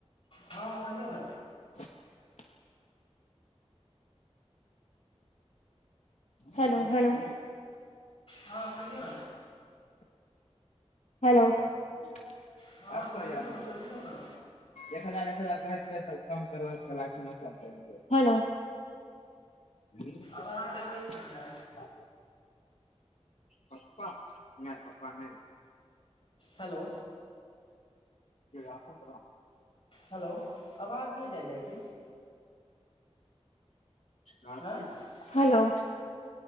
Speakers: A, on the left (about 55°); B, on the left (about 80°).
A: हँ कहियौ ने
B: <unintelligible> हेलो हेलो
A: हँ कहियौ
B: हेलो आठ
A: हँ
B: सए
A: कहियौ
B: हजार न
A: ने
B: चौ
A: बजियौ ने
B: एक हजार क हो ह
A: आवाज अबै छै
B: पप्पा नहि पप्पा नहि रह
A: हेलो
B: स ब
A: हेलो आवाज नहि जाइए की
B: <inaudible>
A: आँय
B: हेलो